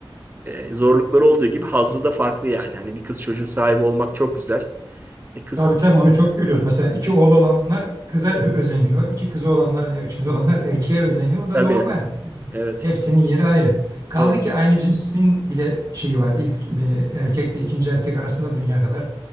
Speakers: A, on the right; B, on the right.
A: e, zorlukları olduğu gibi hazzı da farklı yani. Hani bir kız çocuğu sahibi olmak çok güzel. E kız
B: tabii tabii onu çok görüyoruz. Mesela iki oğlu olanlar kıza ö- özeniyor. İki kızı olanlar veya üç kızı olanlar erkeğe özeniyor. O da
A: tabii
B: normal.
A: evet
B: Hepsinin yeri ayrı. Kaldı
A: evet
B: ki aynı cinsin bile şeyi var. İlk e, erkekle ikinci erkek arasında dünya kadar